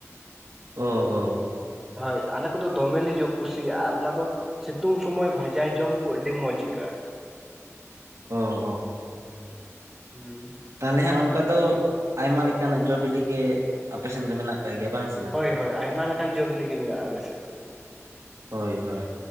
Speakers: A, on the right; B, in the centre.
A: ᱚᱸ ᱚᱸ
B: ᱦᱳᱭ ᱟᱞᱮ ᱠᱚᱫᱚ ᱫᱚᱢᱮᱞᱮ ᱡᱳ ᱠᱩᱥᱤᱭᱟᱜ-ᱟ ᱟᱨ ᱚᱱᱟ ᱫᱚᱼ ᱥᱤᱛᱩᱝ ᱥᱚᱢᱚᱭ ᱵᱷᱟᱡᱟ ᱡᱚᱢᱠᱩ ᱟᱹᱰᱤ ᱢᱚᱸᱡᱽ ᱟᱹᱭᱠᱟᱹᱜ-ᱟ
A: ᱚ ᱚ
B: ᱦᱩᱸ
A: ᱛᱟᱞᱦᱮ ᱦᱟᱸᱜ ᱚᱱᱠᱟ ᱫᱚ ᱟᱭᱢᱟ ᱞᱮᱠᱟᱱᱟᱜ ᱡᱚ ᱵᱤᱞᱤ ᱜᱮ ᱟᱯᱮ ᱥᱮᱱ ᱫᱚ ᱢᱮᱱᱟᱜ ᱟᱠᱟᱜ ᱜᱮᱭᱟ ᱵᱟᱝ? ᱥᱮ
B: ᱦᱳᱭ ᱦᱳᱭ ᱟᱭᱢᱟ ᱞᱮᱠᱟᱱ ᱡᱚ ᱵᱤᱞᱤ ᱜᱮ ᱢᱮᱱᱟᱜ-ᱟ ᱟᱞᱮ ᱥᱮᱫ ᱫᱚ᱾
A: ᱦᱳᱭ ᱦᱳᱭ